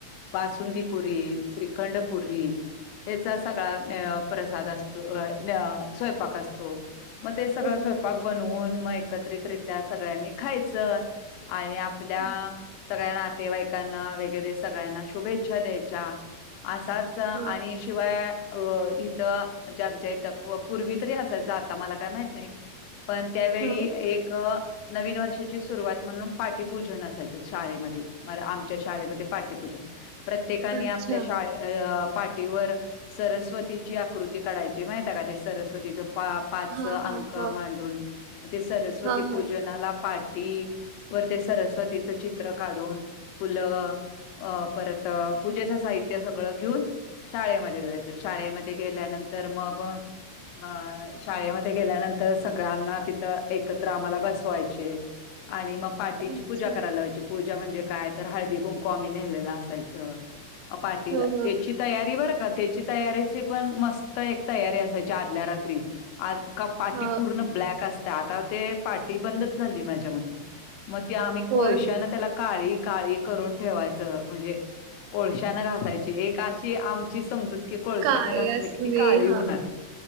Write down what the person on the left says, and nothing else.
बासुंदीपुरी, श्रीखंडपुरी. हेचा सगळा प्रसाद असतो, स्वयंपाक असतो. तो मग ते सगळं
स्वयंपाक बनवून, मग एकत्रितरित्या सगळ्यांनी खायचं. आणि आपल्या.
सगळ्यां नातेवाईकांना वगैरे, सगळ्यांना शुभेच्छा द्यायच्या. असं असं
आणि, शिवाय अ- इथं म्हणजे, आमच्या इथं पूर्वी तरी असायच आता मला काय माहित नाही. पण त्यावेळी,
एक नवीन वर्षाची सुरुवात. म्हणून पाठीपूजन असायचं, शाळेमध्ये म-आमच्या शाळेमध्ये पाठीपूजन प्रत्ये त्येकाने
आपल्या शाळेत ते. अ.. पाठीवर सरस्वतीची आकृती काढायची, माहिती आहे का ते, सरस्वतीचं पाप पाच
अंक
मांडून मग ते, सरस्वती
पूजनाला
पाठी. वर ते सरस्वतीचं चित्र काढून फुलं. अ.. परत पूजेचं साहित्य सगळं घेऊन. शाळेमध्ये जायचं. शाळेमध्ये गेल्यानंतर मग, अ.. शाळेमध्ये गेल्यानंतर सगळ्यांना तिथं एकत्र आम्हाला बसवायचे. आणि मग पाटीची
पूजा करायला लावायच. पूजा म्हणजे काय तर हळदी कुंकू आम्ही नेलेल असायचं. पाटीला
ते चि तयारी बरं का त्याची, तयारीची पण मस्त एक तयारी असायची, आदल्या रात्री पाटी
पूर्ण ब्लॅक असते, आता ते पाटी बंदच झाली माझ्या मते, ते आम्ही कोळशान
त्याला, काळी काळी करून ठेवायचं, म्हणजे कोळश्यान घासायची, एक अशी आमची समजूत. कि कोळसान
घासली
की, ती काळी होणार